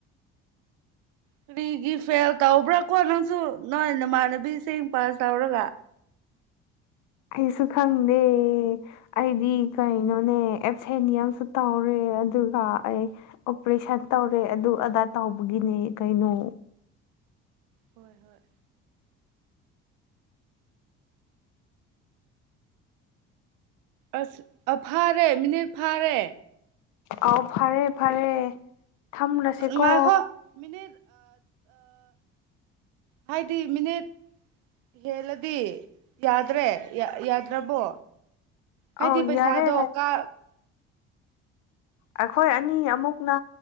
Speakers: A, on the right; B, on the left.
A: ꯀꯔꯤꯒꯤ ꯐꯦꯜ ꯇꯧꯕ꯭ꯔꯥ ꯀꯣ ꯅꯪꯁꯨ ꯅꯣꯏ ꯅꯃꯥꯟꯅꯕꯤꯁꯤꯡ ꯄꯥꯁ ꯇꯧꯔꯒ
B: ꯑꯩꯁꯨ ꯈꯪꯗꯦ ꯑꯩꯗꯤ ꯀꯩꯅꯣꯅꯦ ꯑꯦꯞꯁꯦꯟꯅꯤꯌꯝꯁꯨ ꯇꯧꯔꯦ ꯑꯗꯨꯒ ꯑꯩ ꯑꯣꯄꯔꯦꯁꯟ ꯇꯧꯔꯦ ꯑꯗꯨ ꯑꯗꯥ ꯇꯧꯕꯒꯤꯅꯦ ꯀꯩꯅꯣ
A: ꯍꯣꯏ ꯍꯣꯏ ꯑꯁ ꯑ ꯐꯥꯔꯦ ꯃꯤꯅꯤꯠ ꯐꯥꯔꯦ
B: ꯑꯥꯎ ꯐꯔꯦ ꯐꯔꯦ ꯊꯝꯂꯁꯦꯀꯣ
A: ꯃꯥꯏꯈꯣ ꯃꯤꯅꯤ ꯍꯥꯏꯗꯤ ꯃꯤꯅꯤꯠ ꯍꯦꯜꯂꯗꯤ ꯌꯥꯗ꯭ꯔꯦ ꯌꯥꯗ꯭ꯔꯕꯣ ꯍꯥꯏꯗꯤ
B: ꯑꯧ
A: ꯄꯩꯁꯥꯗꯣ
B: ꯌꯥꯔꯦ
A: ꯀꯥ
B: ꯑꯩꯈꯣꯏ ꯑꯅꯤ ꯑꯃꯨꯛꯅ